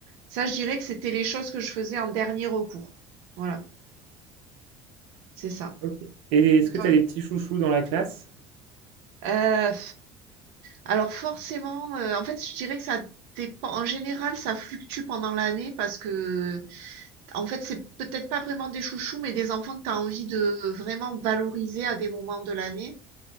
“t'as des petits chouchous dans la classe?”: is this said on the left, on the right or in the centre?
Right